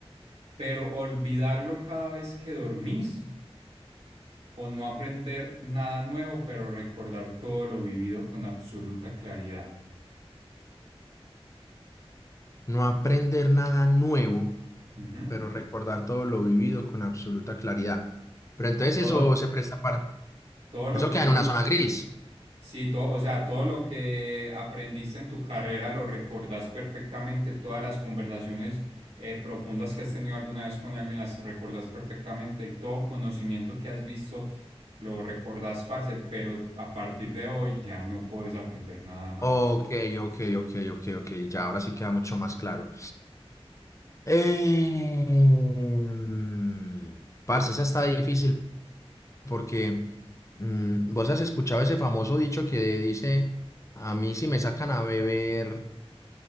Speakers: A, on the right; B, on the left.
A: pero olvidarlo cada vez que dormís o no aprender nada nuevo, pero recordar todo lo vivido con absoluta claridad.
B: No aprender nada nuevo,
A: Ujú.
B: pero recordar todo lo vivido con absoluta claridad. Pero entonces
A: Todo,
B: eso se presta para...
A: todo lo
B: Eso
A: que,
B: queda
A: vi-
B: en una zona gris.
A: sí, todo, o sea, todo lo que aprendiste en tu carrera lo recordas perfectamente, todas las conversaciones eh, profundas que has tenido alguna vez con alguien las recordas perfectamente, todo conocimiento que has visto lo recordas, parce, pero a partir de hoy ya no puedes aprender nada más.
B: Ok, ok, ok, ok, ok. Ya ahora sí queda mucho más claro. Em, parce, esa está difícil porque mm, vos has escuchado ese famoso dicho que dice, a mí si me sacan a beber,